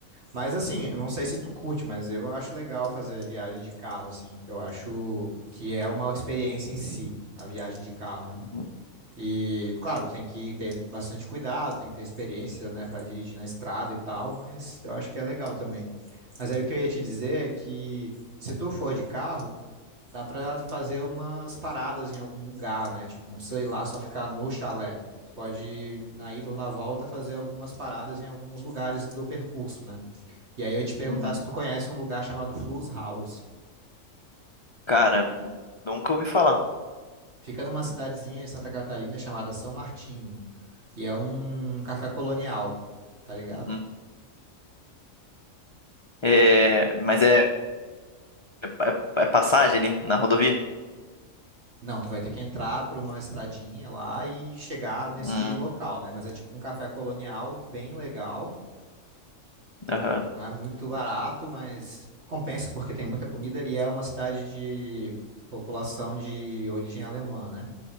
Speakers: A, on the right; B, on the left.
A: Mas assim, eu não sei se tu curte, mas eu acho legal fazer viagem de carro, assim. Eu acho que é uma experiência em si, a viagem de carro, né?
B: Uhum.
A: E, claro, tem que ter bastante cuidado, tem que ter experiência, né, para dirigir na estrada e tal, mas eu acho que é legal também. Mas aí o que eu ia te dizer é que se tu for de carro, dá para fazer umas paradas em algum lugar, né? Tipo, não precisa ir lá só ficar no chalé. Tu pode, na ida ou na volta, fazer algumas paradas em alguns lugares do percurso, né? E aí eu ia te perguntar
B: Uhum.
A: se tu conhece um lugar chamado Flus House.
B: Cara, nunca ouvi falar.
A: Fica numa cidadezinha de Santa Catarina chamada São Martinho, e é um café colonial, tá ligado?
B: Uhum. É, mas é, é, é passagem ali na rodovia?
A: Não, tu vai ter que entrar por uma estradinha lá e chegar nesse
B: Hum,
A: local, né? Mas é tipo um café colonial bem legal.
B: aham,
A: Não é muito barato, mas compensa porque tem muita comida e é uma cidade de população de origem alemã, né?